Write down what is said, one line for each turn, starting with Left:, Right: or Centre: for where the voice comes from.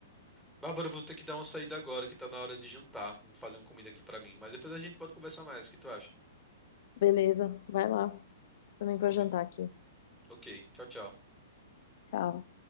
Centre: Bárbara, eu vou ter que dar uma saída agora, que tá na hora de jantar. Vou fazer uma comida aqui pra mim. Mas depois a gente pode conversar mais. O que tu acha?
Left: Beleza, vai lá. Também vou
Centre: Combi...
Left: jantar aqui.
Centre: Ok, tchau, tchau.
Left: Tchau.